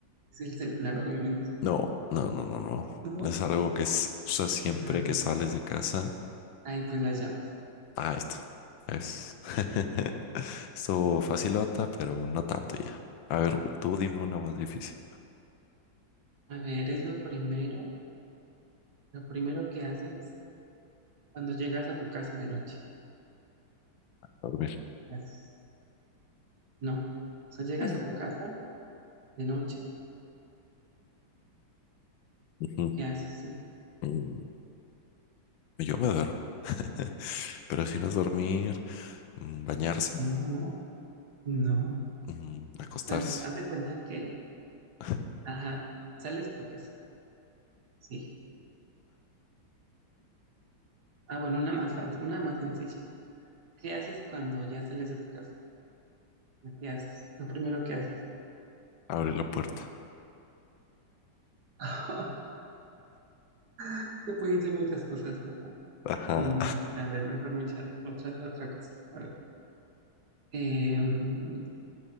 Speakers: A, on the right (about 55°); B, on the left (about 75°).
A: es el celular, obviamente.
B: no, no, no, no, no.
A: No,
B: Es algo que es, usas siempre
A: qué raro.
B: que sales de casa.
A: Ay, pues las llaves.
B: Ah, esto. Es. <laughs> Esto facilota, pero no tanto ya. A ver, tú dime una más difícil.
A: A ver, es lo primero, lo primero que haces cuando llegas a tu casa de noche.
B: Dormir.
A: ¿Qué haces? No. O sea, llegas
B: <laughs>
A: a tu casa de noche,
B: Ujú.
A: ¿qué haces?
B: Mm, Yo me duermo, <laughs> pero si no es dormir, mm, bañarse,
A: No, no.
B: mm, acostarse.
A: O sea, haz de cuenta que,
B: <laughs>
A: ajá, sales de tu casa. Sí. Ah, bueno, una más fácil, una más sencilla. ¿Qué haces cuando ya sales de tu casa? ¿Qué haces? Lo primero que haces.
B: Abre la puerta.
A: <laughs> Es que pueden ser muchas cosas, ¿verdad?
B: Ajá.
A: Mm, a ver, mejor mucha otra, otra cosa. A ver. Eh, mm,